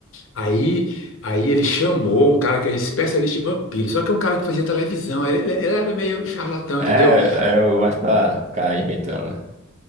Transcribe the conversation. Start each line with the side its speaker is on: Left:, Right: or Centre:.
Left: Aí, aí ele chamou um cara que era especialista em vampiro, só que é um cara que fazia televisão, ele, ele- era meio charlatão,
Right: É,
Left: entendeu?
Right: era mais pra ficar inventando.